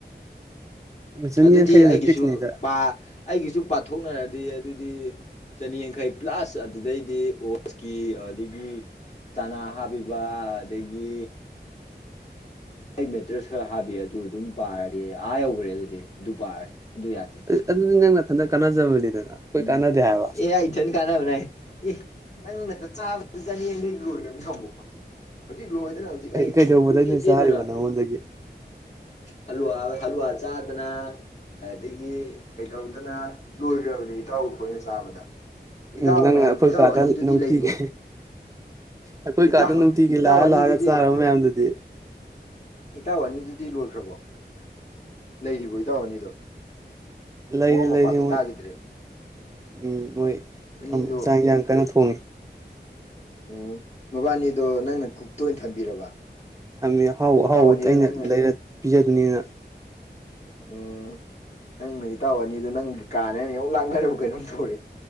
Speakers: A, on the right; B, on the left.
A: ꯆꯅꯤ
B: ꯑꯗꯨꯗꯤ
A: ꯌꯥꯡꯈꯩꯗꯅ
B: ꯑꯩꯒꯤꯁꯨ
A: ꯐꯤꯛꯁꯅꯤꯗ
B: ꯄꯥ ꯑꯩꯒꯤꯁꯨ ꯄꯥꯊꯣꯛꯅꯔꯗꯤ ꯑꯗꯨꯗꯤ ꯆꯅꯤꯌꯥꯡꯈꯩ ꯄ꯭ꯂꯁ ꯑꯗꯨꯗꯩꯗꯤ ꯑꯣꯁꯀꯤ ꯑꯗꯒꯤ ꯆꯅꯥ ꯍꯥꯞꯄꯤꯕ ꯑꯗꯒꯤ ꯑꯩ ꯃꯦꯇ꯭ꯔꯦꯁ ꯈꯔ ꯍꯥꯞꯕꯤ ꯑꯗꯨ ꯑꯗꯨꯝ ꯄꯥꯔꯗꯤ ꯑꯥ ꯌꯧꯈ꯭ꯔꯦ ꯑꯗꯨꯗꯤ ꯑꯗꯨ ꯄꯥꯔꯗꯤ ꯑꯗꯨ ꯌꯥꯗꯦ
A: ꯑꯗꯨꯗꯤ ꯅꯪ ꯅꯊꯟꯇ ꯀꯥꯟꯅꯖꯕꯅꯤꯗꯅ ꯑꯩꯈꯣꯏ
B: ꯎꯝ
A: ꯀꯥꯟꯅꯗꯦ ꯍꯥꯏꯕ
B: ꯑꯦ ꯑꯥꯏ ꯏꯊꯟ ꯀꯥꯟꯅꯕꯅꯦ ꯍꯥꯏ ꯑꯦ ꯅꯪꯅꯠꯇ ꯆꯥꯕꯗ ꯆꯅꯤ ꯌꯥꯡꯈꯩ ꯂꯣꯏꯈ꯭ꯔꯝꯅꯦ ꯁꯪꯒꯣꯝ ꯍꯧꯖꯤꯛ ꯍꯧꯖꯤꯛ ꯂꯣꯏꯗꯅ ꯍꯧꯖꯤꯛ ꯑꯩ
A: ꯀꯩꯗꯧꯕꯗꯩꯅꯣ
B: ꯀꯣꯏꯆꯦꯟ ꯆꯦꯟꯗꯅ
A: ꯆꯥꯔꯤꯕ ꯅꯪꯉꯣꯟꯗꯒꯤ
B: ꯍꯜꯋꯥ ꯍꯜꯂꯨꯋꯥ ꯆꯥꯗꯅ ꯑꯗꯒꯤ ꯀꯩꯇꯧꯗꯅ ꯂꯣꯏꯈ꯭ꯔꯕꯅꯤ ꯏꯇꯥꯎ ꯈꯣꯏꯅ ꯆꯥꯕꯗ ꯏꯇꯥꯎ
A: ꯎꯝ ꯅꯪꯅ
B: ꯃꯌꯥꯝ
A: ꯑꯩꯈꯣꯏ
B: ꯏꯇꯥꯎ
A: ꯀꯥꯗ
B: ꯑꯅꯤꯗꯨꯗꯤ
A: ꯅꯨꯡꯇꯤꯒꯤ
B: ꯂꯩꯔꯤꯕꯣ
A: ꯑꯩꯈꯣꯏ
B: ꯏꯇꯥꯥꯎ
A: ꯀꯥꯗ ꯅꯨꯡꯇꯤꯒꯤ
B: ꯏꯇꯥꯥꯎ
A: ꯂꯥꯛꯑ
B: ꯑꯅꯤꯗꯨꯗꯤ
A: ꯂꯥꯛꯑꯒ ꯆꯥꯔꯕ ꯃꯌꯥꯝꯗꯨꯗꯤ
B: ꯏꯇꯥꯎ ꯑꯅꯤꯗꯨꯗꯤ ꯂꯣꯏꯈ꯭ꯔꯕꯣ ꯂꯩꯔꯤꯕꯣ ꯏꯇꯥꯎ ꯑꯅꯤꯗꯣ
A: ꯂꯩꯔꯤ
B: ꯃꯋꯥ
A: ꯂꯩꯔꯤ
B: ꯃꯄꯥꯒ ꯇꯥꯈꯤꯗ꯭ꯔꯦ
A: ꯃꯣꯏ ꯎꯝ ꯃꯣꯏ
B: ꯑꯅꯤꯗꯣ
A: ꯑꯥꯝ ꯆꯥꯡ ꯏꯟꯖꯥꯡ ꯀꯟꯅ ꯊꯣꯡꯉꯤ
B: ꯎꯝ ꯃꯕꯥꯅꯤꯗꯣ ꯅꯪꯅ ꯀꯨꯛꯇ ꯑꯣꯏꯅ ꯊꯝꯕꯤꯔꯕ
A: ꯊꯝꯃꯦ ꯑꯍꯥꯎꯕ
B: ꯏꯇꯥꯎ
A: ꯑꯍꯥꯎꯕ
B: ꯑꯅꯤꯗꯣ
A: ꯑꯩꯅ
B: ꯅꯪꯅ
A: ꯂꯩꯔ ꯄꯤꯖꯗꯨꯅꯤꯅ
B: ꯎꯝ ꯅꯪꯅ ꯏꯇꯥꯎ ꯑꯅꯤꯗꯣ ꯅꯪꯒꯤ ꯀꯥꯅꯦꯅ ꯌꯧ ꯂꯥꯛꯅꯔꯕ ꯀꯩꯅꯣꯝ ꯇꯧꯔꯦ